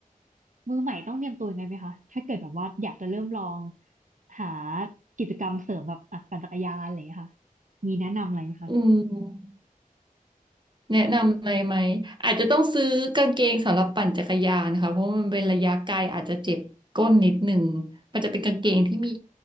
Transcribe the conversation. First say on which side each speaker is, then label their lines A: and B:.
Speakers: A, on the right; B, on the right.
A: มือใหม่ต้องเตรียมตัวยังไงไหมคะถ้าเกิดแบบว่าอยากจะเริ่มลองหากิจกรรมเสริมแบบอ่ะปั่นจักรยานอะไรอย่างเงี้ยค่ะมีแนะนำอะไรไหมคะ
B: อืม แนะนำอะไรไหม อาจจะต้องซื้อกางเกงสำหรับปั่นจักรยานค่ะเพราะมันเป็นระยะไกลอาจจะเจ็บก้นนิดหนึ่ง มันจะเป็นกางเกงที่มี